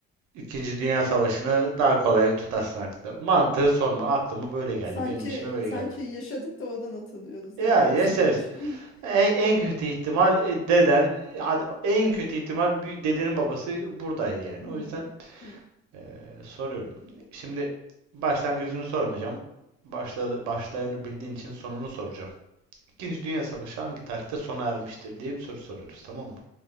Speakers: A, on the right; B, on the left.
A: İkinci Dünya Savaşı'nı daha kolay tutarsın aklında. Mantığı sorma, aklıma böyle geldi,
B: Sanki
A: benim işime böyle
B: sanki
A: geldi.
B: yaşadık da oradan hatırlıyoruz
A: Ya
B: yani
A: yaşarız.
B: ikisini de yaşıyoruz.
A: En, en kötü ihtimal e, deden, e, hadi en
B: Hı,
A: kötü ihtimal bir dedenin babası buradaydı yani.
B: hı,
A: O yüzden
B: hı.
A: Ee, soruyorum. Şimdi başlangıcını sormayacağım. Başla, başlayanı bildiğin için sonunu soracağım. İkinci Dünya Savaşı hangi tarihte sona ermiştir diye bir soru soruyoruz, tamam mı?